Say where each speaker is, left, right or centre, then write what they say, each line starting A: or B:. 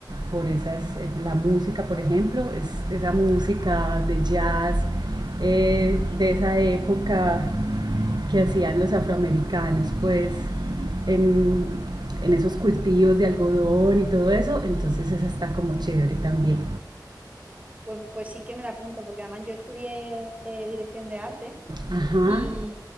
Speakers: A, on the right; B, on the right.
A: por esas, eh, la música por ejemplo, es, esa música de jazz eh,
B: Mm,
A: de esa época que hacían los afroamericanos, pues, en, en esos cultivos de algodón y todo eso, entonces esa está como chévere también.
B: Pues, pues sí que me la apunto, porque además yo estudié eh, dirección de arte
A: Ajá,
B: Y,